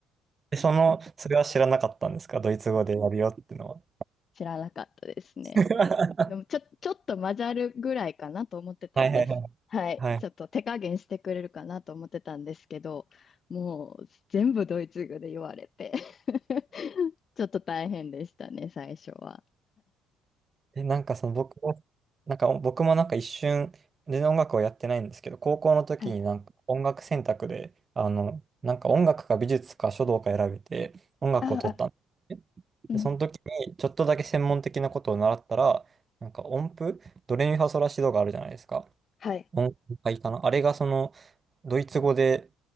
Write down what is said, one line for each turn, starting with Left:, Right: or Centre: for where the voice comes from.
Right: で、その、それは知らなかったんですかドイツ語でやるよってのは。
Left: 知らなかったですね。
Right: <laughs>
Left: でも、ちょ、ちょっと混ざるぐらいかなと思ってたんです。
Right: はいはいはい。
Left: はい。
Right: はい。
Left: ちょっと手加減してくれるかなと思ってたんですけど、もう全部ドイツ語で言われて <laughs> ちょっと大変でしたね、最初は。
Right: え、なんかその僕も、なんか僕もなんか一瞬、全然音楽をやってないんですけど、高校の時になんか音楽選択で、
Left: はい。
Right: あの、なんか音楽か美術か書道か選べて、音楽を取ったんですねで、
Left: ああ、うん。
Right: その時に、ちょっとだけ専門的なことを習ったら、なんか音符、ドレミファソラシドがあるじゃないですか。
Left: はい。
Right: 音符がいいかな。あれがその、ドイツ語で、